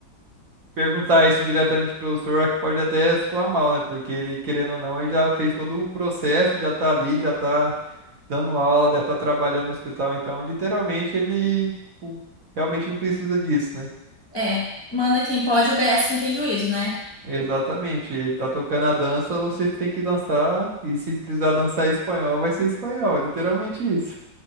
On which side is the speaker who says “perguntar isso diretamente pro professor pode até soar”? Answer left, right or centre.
Right